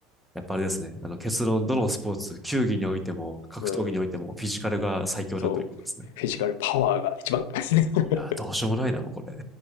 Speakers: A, in the centre; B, on the left.
A: やっぱあれですね。あの結論、どのスポーツ、球技においても、格闘技においても、
B: うん、
A: フィジカルが最強だということですね。
B: そう。フィジカルパワーが一番。<laughs>
A: いやー、どうしようもないな、もうこれ。